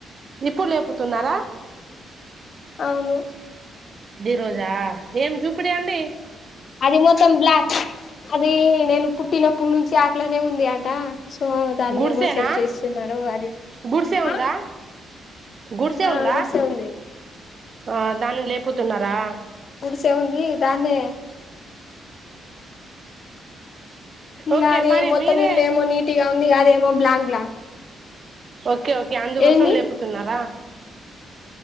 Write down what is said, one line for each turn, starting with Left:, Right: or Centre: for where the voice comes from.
Right: ఇప్పుడు లేపుతున్నారా
Left: అవును
Right: ఈ రోజా ఏం చూపిడి అండి
Left: అది మొత్తం బ్లాక్ అది నేను పుట్టినప్పుడు నుంచి అట్లనే ఉంది ఆట సో దాన్ని
Right: గుడిసేనా
Left: ఏమో సెట్ చేస్తున్నారు వారి
Right: గుడిసే ఉందా
Left: ఆ
Right: గుడిసే
Left: ఆ
Right: ఉందా
Left: గుడిసె ఉంది
Right: ఆ దానిని లేపుతున్నారా
Left: చెయ్ దాని ఇయ్యాలి
Right: ఓకే మరి
Left: ఏమో మొత్తం
Right: మీరే
Left: ఇల్లు ఏమో నీట్గా ఉంది అదేమో బ్లాక్ బ్లాక్
Right: ఓకే ఓకే అందుకోసం
Left: ఏంది
Right: లేపుతున్నారా